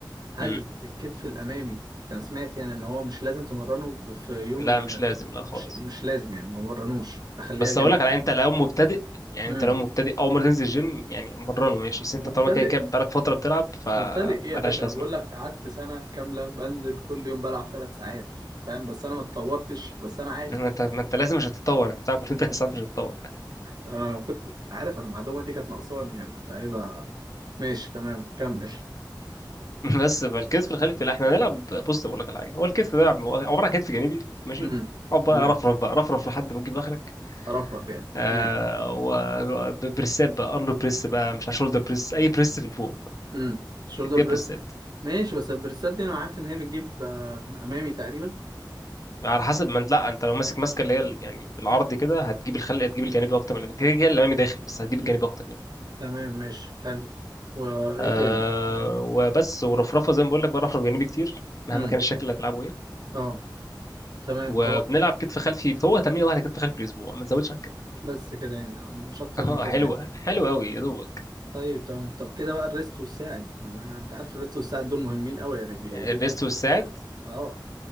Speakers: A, on the right (about 55°); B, on the left (about 45°).
A: هل
B: مم.
A: الكتف الامامي كان سمعت يعني ان هو مش لازم تمرنه ب- في يوم
B: لا
A: ال...
B: مش لازم لا خالص
A: مش مش لازم يعني ما مرنوش اخليها
B: بس
A: جن
B: اقول لك على انت لو مبتدئ يعني
A: امم
B: انت لو مبتدئ اول مره تنزل الجيم يعني مرنه ماشي بس
A: مبتدئ
B: انت طالما كده كده بقالك فتره بتلعب فمالهاش
A: مبتدئ ايه يا باشا
B: لازمه
A: انا بقول لك قعدت سنه كامله بنزل كل يوم بلعب ثلاث ساعات فاهم بس انا ما اتطورتش بس انا عارف
B: ما انت ما انت لازم مش هتتطور انت بتلعب كل ثلاث ساعات مش هتتطور
A: انا كنت عارف انا المعلومه دي كانت ناقصاني يعني كنت عايزها ماشي تمام كمل
B: <laughs> بس فالكتف الخلفي لا احنا هنلعب بص بقول لك على حاجه هو الكتف ده عباره عن كتف جانبي ماشي
A: امم
B: اقعد
A: تمام
B: بقى رفرف بقى رفرف لحد ما تجيب اخرك
A: رفرف يعني
B: آه
A: تمام
B: وبريسات بقى ارنولد بريس بقى مش شولدر بريس اي بريس في الفوق
A: امم شولدر
B: تديها
A: بريس
B: بريسات
A: ماشي بس البريسات دي انا عارف ان هي بتجيب آه، امامي تقريبا
B: على حسب ما انت لا انت لو ماسك ماسكه اللي هي ال- يعني بالعرض كده هتجيب الخلق هتجيب الجانبي اكتر من كده كده الامامي داخل بس هتجيب الجانبي
A: امم
B: اكتر يعني
A: تمام ماشي حلو وايه
B: آه
A: تاني
B: وبس ورفرفه زي ما بقول لك برفرف جانبي كتير مهما
A: امم
B: كان الشكل اللي هتلعبه ايه
A: اه تمام
B: وبنلعب
A: طب
B: كتف خلفي هو تمرين واحده كتف خلفي في الاسبوع ما تزودش عن كده
A: بس كده يعني مش
B: <laughs>
A: اكتر
B: اه
A: من كده
B: حلوه
A: يعني
B: حلوه قوي يا دوبك
A: طيب تمام طب كده بقى الريست والساعد انا أنا- انت عارف الريست والساعد دول مهمين قوي يعني بي...
B: الريست
A: بي...
B: والساعد
A: اه